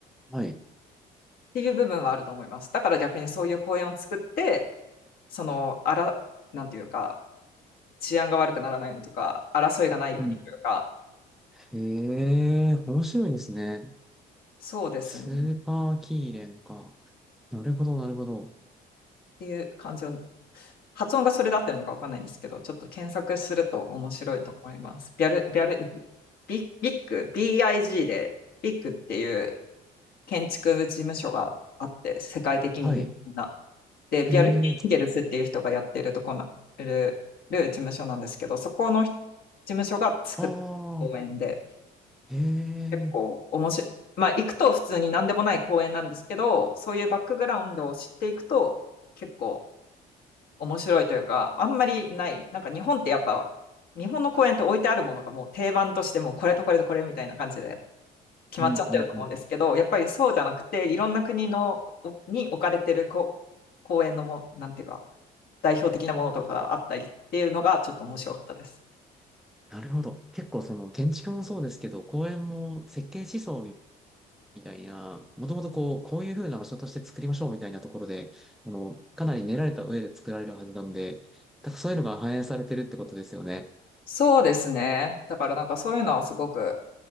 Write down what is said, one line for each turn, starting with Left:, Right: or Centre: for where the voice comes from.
Centre: はい。
Left: っていう部分はあると思います。だから逆にそういう公園を作って、その、あら、なんていうか、治安が悪くならないようにというか、争いがないようにというか、
Centre: うん。へえ、面白いですね。
Left: そうですね。
Centre: スーパーキーレンか。
Left: っ
Centre: なるほど、なるほど。
Left: ていう感じを発音がそれで合ってるのかわかんないんですけど、ちょっと検索すると面白いと思います。ビャル、ビャル、ビビビッグ、BIG で、ビッグっていう建築事務所があって、世界的に有名な。
Centre: はい。
Left: で、ビャル・
Centre: へえ、
Left: キンゲルスっていう人がやってるとこなる、る事務所なんですけど、そこの事務所が作った公園で、
Centre: ああ。へえ、
Left: 結構面白い。まあ、行くと普通に何でもない公園なんですけど、そういうバックグラウンドを知っていくと、結構面白いというか、あんまりない。なんか日本ってやっぱ、日本の公園って置いてあるものがもう定番としてもうこれとこれとこれみたいな感じで決まっちゃってると思うんですけど、
Centre: うんうんうん。
Left: やっぱりそうじゃなくて、いろんな国のおに置かれてるこ公園のも、なんていうか、代表的なものとかがあったりっていうのがちょっと面白かったです。
Centre: なるほど。結構その建築もそうですけど、公園も設計思想みたいな、もともとこう、こういう風な場所として作りましょうみたいなところで、あの、かなり練られた上で作られるはずなんで、だからそういうのが反映されてるってことですよね。
Left: そうですね。だからなんかそういうのはすごく